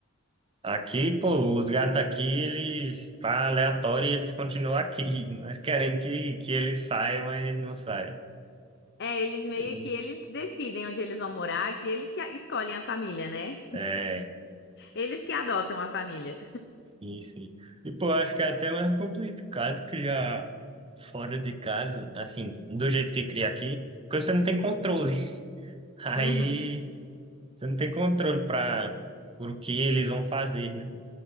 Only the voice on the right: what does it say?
Aqui, pô, os gatos aqui, eles tá aleatório e eles continuam aqui. <laughs> Nós queremos que, que eles saiam, mas eles não saem.
E-
É,
sim, sim. E, pô, acho que é até mais complicado criar fora de casa, assim, do jeito que cria aqui, porque você não tem controle. <laughs> Aí.
Você não tem controle para por o que eles vão fazer, né?